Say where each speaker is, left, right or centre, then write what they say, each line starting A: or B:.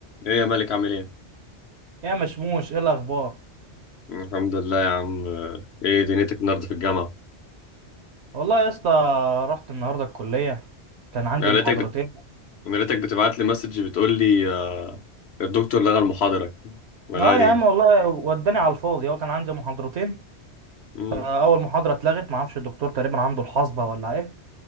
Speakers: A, on the left; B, on the right.
A: ايه يا مالك عامل ايه؟
B: يا مشموش ايه الاخبار
A: الحمد لله يا عم ايه دنيتك النهارده في الجامعة؟
B: والله يا اسطى رحت النهارده الكليه كان عندي
A: انا
B: محاضرتين
A: لقيتك بت... انا لقيتك بتبعت لي مسج بتقول لي آه، الدكتور لغى المحاضرة لغاها
B: اه يا
A: ليه؟
B: عم والله وداني على الفاضي هو كان عندي محاضرتين
A: امم
B: اول محاضره اتلغت ما اعرفش الدكتور تقريبا عنده الحصبه ولا ايه